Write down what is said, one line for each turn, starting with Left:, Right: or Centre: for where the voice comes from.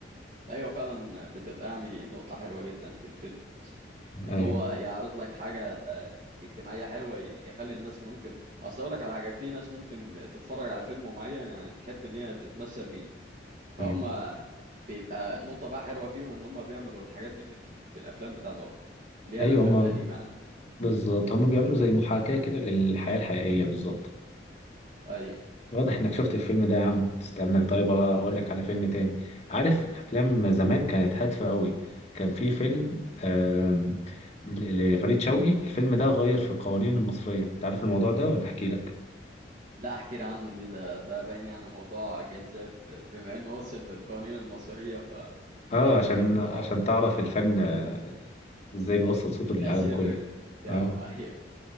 Right: ايوه فعلا بتبقى يعني نقطة حلوة جدا في الفيلم مثلا ان
Left: ايوه
Right: هو يعرض لك حاجة اجتماعية حلوة يخلي الناس ممكن اصل اقول لك على حاجة في ناس ممكن تتفرج على فيلم معين يعني تحب ان هي تتمثل بيه فهم
Left: ايوه
Right: بيبقى نقطة بقى حلوة فيهم ان هم بيعملوا الحاجات دي في ال... في الافلام بتاعتهم اللي هي
Left: ايوه
Right: الافلام
Left: هم
Right: القديمة يعني
Left: بالظبط هم بيعملوا زي محاكاه كده للحياه الحقيقيه بالظبط
Right: اي
Left: واضح انك شفت الفيلم ده يا عم استناك طيب اقول لك على فيلم تاني عارف افلام زمان كانت هادفه قوي كان في فيلم آم، ل- لفريد شوقي الفيلم ده غير في القوانين المصريه انت عارف الموضوع ده ولا احكي لك
Right: لا احكي لي عنه دي ده ده باين يعني موضوع جذاب بما انه وصل للقوانين المصرية ف
Left: اه
Right: فاحكي
Left: عشان
Right: لي دي طبعا
Left: عشان تعرف الفن آه، ازاي بيوصل صوته
Right: التأثير
Left: للعالم كله
Right: بتاعه
Left: آه.
Right: <laughs> ايوه